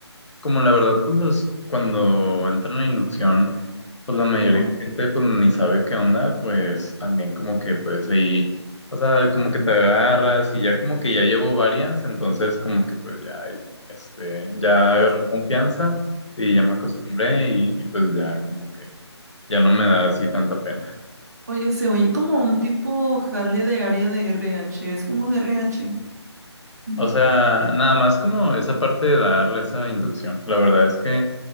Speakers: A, on the left; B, on the right.
A: Como la verdad, pues los- cuando entra en la inducción, pues la mayoría
B: Ajá.
A: de gente pues ni sabe qué onda, pues también como que pues ahí, o sea, como que te agarras y ya como que ya llevo varias, entonces como que pues ya, ahí, este, ya
B: Una
A: agarré
B: cosa-
A: confianza y ya me acostumbré y, y pues ya como que ya no me da así tanta pena.
B: Oye, se oye como un tipo jale de área de RH, es como de RH. Mm.
A: O sea, nada más como esa parte de dar esa inducción. La verdad es que,